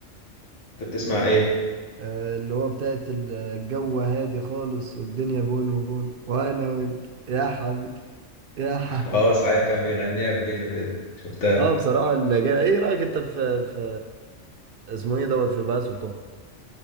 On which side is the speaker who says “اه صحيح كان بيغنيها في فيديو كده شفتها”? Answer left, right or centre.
Left